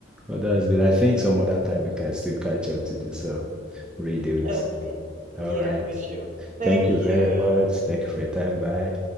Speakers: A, in the centre; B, on the right.
A: Oh, that's good. I think some other time we can still catch up to do some redos.
B: Okay.
A: All
B: Yeah,
A: right.
B: we should. Thank
A: Thank you Thank you. very
B: you.
A: much. Thank you for your time. Bye.